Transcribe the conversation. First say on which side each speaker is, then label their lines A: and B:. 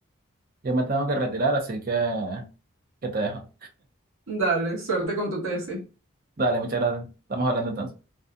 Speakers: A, on the right; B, on the right.
A: yo me tengo que retirar, así que, que te dejo.
B: Dale, suerte con tu tesis.
A: Dale, muchas gracias. Estamos hablando entonces.